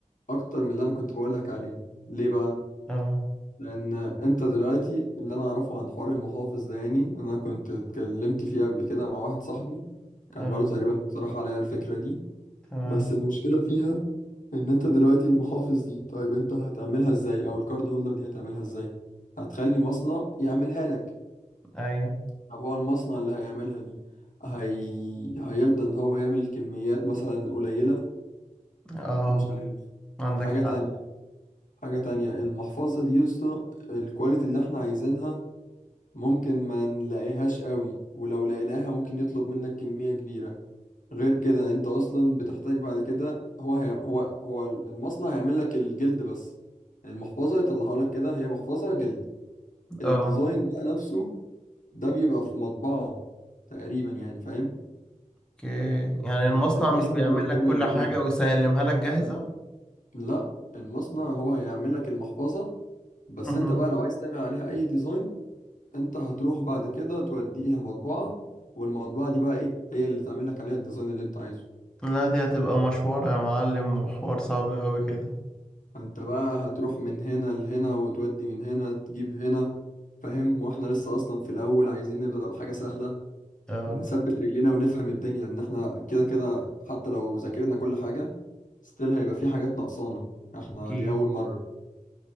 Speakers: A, on the left (about 75°); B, in the centre.
A: اكتر من اللي انا كنت بقولك عليه ليه بقى
B: أه
A: لان انت دلوقتي اللي انا اعرفه عن حوار المحافظ ده يعني إن انا كنت اتكلمت فيه قبل كده مع واحد صاحبي كان
B: أه
A: برضه تقريبا اقترح عليا الفكرة دي
B: تمام
A: بس المشكلة فيها ان انت دلوقتي المحافظ دي طيب انت هتعملها ازاي او الكارد هولدر دي هتعملها ازاي هتخلي مصنع يعملها لك
B: أيوة
A: طب هو المصنع اللي هيعملها دي هي... هيرضى ان هو يعمل كميات مثلا قليلة
B: أه
A: مش عارف
B: عندك
A: حاجة
B: حق
A: تانية حاجة تانية المحفظة دي يا اسطى الكواليتي اللي احنا عايزينها ممكن ما نلاقيهاش قوي ولو لقيناها ممكن يطلب منك كمية كبيرة غير كده انت اصلا بتحتاج بعد كده هو هي هو هو المصنع هيعمل لك الجلد بس المحفظة يطلعها لك كده هي محفظة جلد الديزاين
B: أه
A: بقى نفسه ده بيبقى في مطبعة تقريبا يعني فاهم
B: أوكي يعني
A: يعني
B: المصنع
A: المصنع
B: مش بيعمل
A: مش بيعمل
B: لك كل
A: الاتنين
B: حاجة ويسلمها لك جاهزة
A: لا المصنع هو هيعمل لك المحفظة بس
B: مهم.
A: انت بقى لو عايز تعمل عليها اي ديزاين انت هتروح بعد كده توديها مطبعة والمطبعة دي بقى ايه هي اللي تعمل لك عليها الديزاين اللي انت عايزه
B: لا دي هتبقى مشوار يا معلم وحوار صعب أوي كده
A: فانت بقى هتروح من هنا لهنا وتودي من هنا تجيب هنا فاهم واحنا لسه اصلا في الاول عايزين نبدأ بحاجة سهلة
B: أه
A: نثبت رجلينا ونفهم الدنيا ان احنا كده كده حتى لو ذاكرنا كل حاجة ستيل هيبقى في حاجات ناقصانا احنا
B: أكيد
A: دي اول مرة